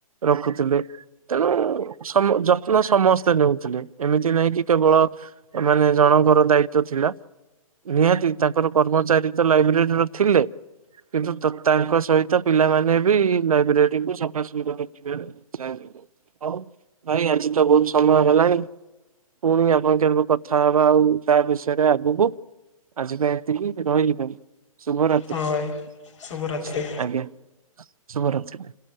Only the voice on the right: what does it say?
ରଖୁଥିଲେ। ତେଣୁ ସମ ଯତ୍ନ ସମସ୍ତେ ନେଉଥିଲେ, ଏମିତି ନାହିଁ କି କେବଳ ମାନେ ଜଣଙ୍କର ଦାୟିତ୍ଵ ଥିଲା। ନିହାତି ତାଙ୍କର କର୍ମଚାରୀ ତ ଲାଇବ୍ରେରୀର ଥିଲେ। କିନ୍ତୁ, ତାଙ୍କ ସହିତ ପିଲାମାନେ ବି ଲାଇବ୍ରେରୀ କୁ ସଫା <unintelligible> ହଉ ଭାଇ ଆଜି ତ ବହୁତ ସମୟ ହେଲାଣି। ପୁଣି ଆପଣ କେବେ କଥା ହବା, ଆଉ ତା ବିଷୟରେ ଆଗକୁ। ଆଜି ପାଇଁ ତିି ରହିଲି ପାଇଁ ଶୁଭରାତ୍ରି।
ଆଜ୍ଞା। ଶୁଭ ରାତ୍ରି।